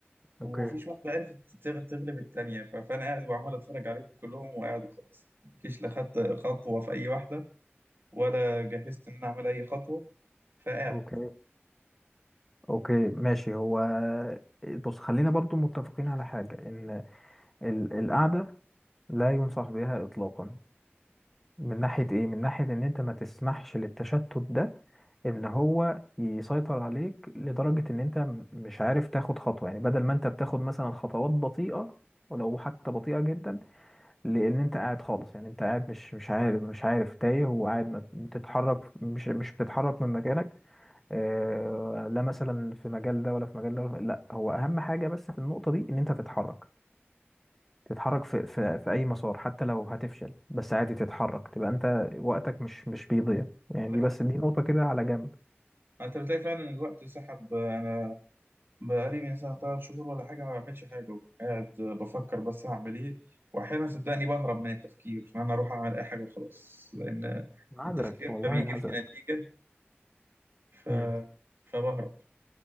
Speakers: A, on the right; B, in the centre.
A: ومفيش
B: اوكي
A: واحدة عرفت تغ- تغلب التانية ف- فأنا قاعد وعمال أتفرج عليهم كلهم وقاعد وخلاص مفيش لا خدت خطوة في أي واحدة ولا جهزت إن أنا أعمل أي خطوة فقاعد
B: اوكي اوكي ماشي هو بص خلينا برضو متفقين على حاجه ان ال- القعده لا ينصح بها اطلاقا من ناحيه ايه من ناحيه ان انت ما تسمحش للتشتت ده ان هو يسيطر عليك لدرجه ان انت م- مش عارف تاخد خطوه يعني بدل ما انت بتاخد مثلا خطوات بطيئه ولو حتى بطيئه جدا لان انت قاعد خالص يعني انت قاعد مش مش عارف مش عارف تايه وقاعد ما بتتحرك مش مش بتتحرك من مكانك آه لا مثلا في مجال ده ولا في مجال ده ولا في... لا هو اهم حاجه بس في النقطه دي ان انت تتحرك تتحرك في في في اي مسار حتى لو هتفشل بس عادي تتحرك تبقى انت وقتك مش مش بيضيع يعني
A: عندك
B: دي بس
A: حق
B: دي نقطه كده على جنب
A: انت بتلاقي فعلا الوقت سحب انا بقالي من سنة تلات شهور ولا حاجة ما بعملش حاجة قاعد بفكر بس هعمل إيه وأحيانا صدقني بهرب من التفكير إن أنا أروح أعمل أي حاجة وخلاص لأن
B: عذرك
A: التفكير
B: والله
A: ما بيجيبش
B: عذرك
A: نتيجة ف...
B: مم.
A: فبهرب